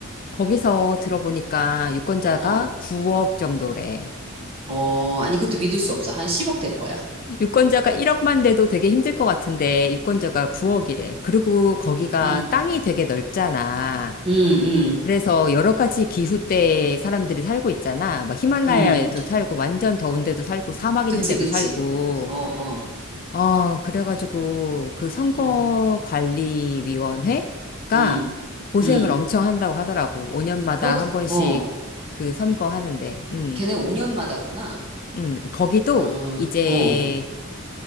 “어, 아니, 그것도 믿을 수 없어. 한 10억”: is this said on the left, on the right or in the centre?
Right